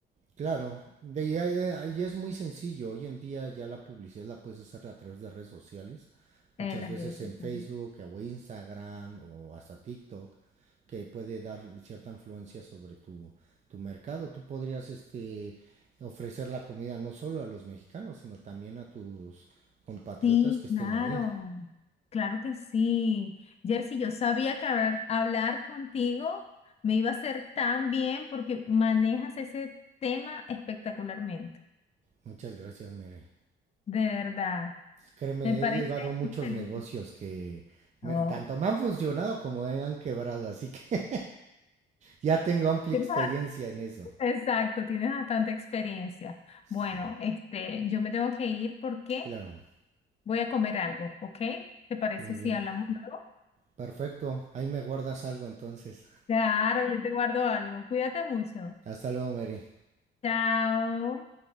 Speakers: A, on the right; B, on the left.
A: Claro, de ahí, a- ahí es muy sencillo. Hoy en día ya la publicidad la puedes hacer a través de redes sociales, muchas
B: Eh, las
A: veces
B: redes sociales.
A: en Facebook o Instagram o hasta TikTok, que puede dar cierta influencia sobre tu, tu mercado. Tú podrías este, ofrecer la comida no solo a los mexicanos, sino también a tus compatriotas
B: Sí,
A: que estén
B: claro,
A: ahí.
B: claro que sí. Jersey, yo sabía que hablar, hablar contigo me iba a hacer tan bien porque manejas ese tema espectacularmente,
A: Muchas gracias, Mary.
B: de verdad.
A: Créeme,
B: Me parece
A: he llevado muchos
B: excelente.
A: negocios que me-
B: Oh,
A: tanto me han funcionado como me han quebrado, así que Ya tengo amplia
B: tienes
A: experiencia
B: <laughs> bast-
A: en eso.
B: Exacto, tienes bastante experiencia.
A: Sí,
B: Bueno, este, yo me tengo que ir porque
A: claro.
B: voy a comer algo, ¿ok? ¿Te parece
A: Muy
B: si
A: bien.
B: hablamos luego?
A: Perfecto. Ahí me guardas algo entonces.
B: Claro, yo te guardo algo. Cuídate mucho.
A: Hasta luego, Mary.
B: Chao.